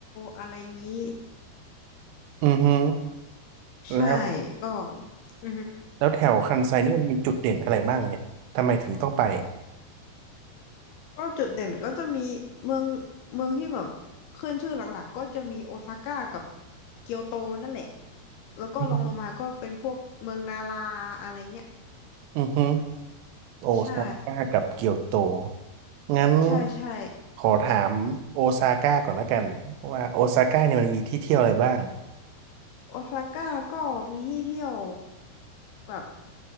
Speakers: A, on the left (about 80°); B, on the right (about 85°).
A: อะไรงี้
B: อือฮึ
A: ใช่
B: แล้ว
A: ก็อือฮึ
B: แล้วแถวคันไซนี่มันมีจุดเด่นอะไรบ้างเนี่ยทำไมถึงต้องไป
A: ก็จุดเด่นก็จะมีเมืองเมืองที่แบบขึ้นชื่อหลักๆก็จะมีโอซาก้ากับเกียวโตนั่นแหละแล้วก็รองลงมาก็เป็นพวกเมืองนาราอะไรเงี้ย
B: อือฮึ โอซาก้ากับเกียวโต
A: ใช่
B: งั้น
A: ใช่ใช่
B: ขอถามโอซาก้าก่อนละกันว่าโอซาก้าเนี่ยมันมีที่เที่ยวอะไรบ้าง
A: โอซาก้าก็มีที่เที่ยวแบบ